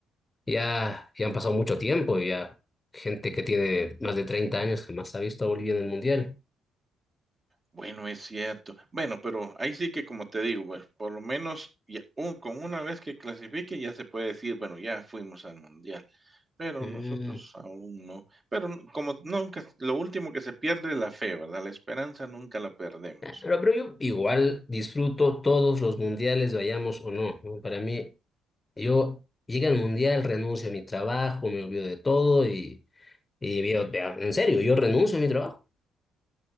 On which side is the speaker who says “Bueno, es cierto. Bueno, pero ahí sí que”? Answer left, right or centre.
Right